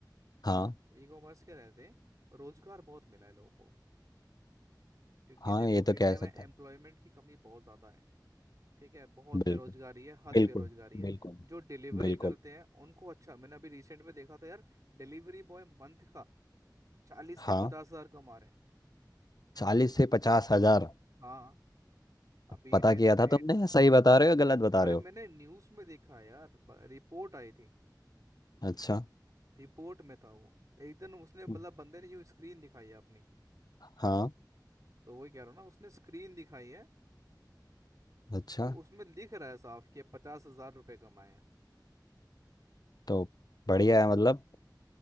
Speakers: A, on the left (about 60°); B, on the right (about 50°).
A: हाँ
B: ई कॉमर्स के रहते रोजगार बहुत मिला है लोगों को क्योंकि
A: हाँ
B: देखो
A: ये तो
B: इंडिया
A: कह सकता
B: में एम्प्लॉयमेंट
A: है
B: की कमी बहुत ज़्यादा है ठीक है बहुत
A: बिल्कुल
B: बेरोजगारी है हद
A: बिल्कुल
B: बेरोजगारी है
A: बिल्कुल
B: जो डिलीवरी
A: बिल्कुल
B: करते हैं उनको अच्छा मैंने अभी रिसेंट में देखा था यार डिलीवरी बॉय मंथ का चालीस
A: हाँ
B: से पचास हजार कमा रहे हैं
A: चालीस से पचास हजार
B: हाँ अभी
A: पता
B: रिसेंट
A: किया था तुमने सही बता रहे हो या गलत बता
B: अरे
A: रहे
B: मैंने
A: हो
B: न्यूज में देखा है यार ब- रिपोर्ट आई थी
A: अच्छा
B: रिपोर्ट में था वो एकदम उसने
A: हम्म।
B: मतलब बंदे ने यूं स्क्रीन दिखाई है अपनी
A: हाँ
B: तो वही कह रहा हूँ ना उसने स्क्रीन दिखाई है
A: अच्छा
B: तो उसमें लिख रहा है साफ कि पचास हजार रुपये कमाए हैं
A: तो बढ़िया है मतलब